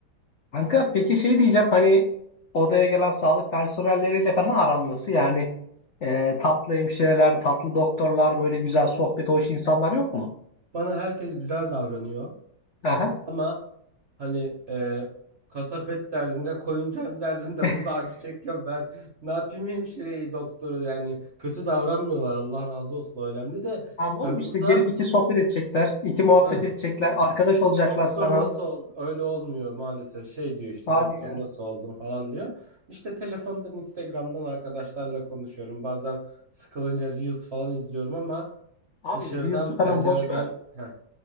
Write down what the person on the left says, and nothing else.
Kanka peki şey diyeceğim hani odaya gelen sağlık personelleriyle falan aran nasıl? Yani e, tatlı hemşireler, tatlı doktorlar böyle güzel sohbet hoş insanlar yok mu?
Aha.
<laughs>
Tamam oğlum
işte
gelip iki sohbet edecekler, iki muhabbet
edecekler, arkadaş olacaklar
sana.
Hadi
ya.
Abi
Reels'ı
falan boş ver.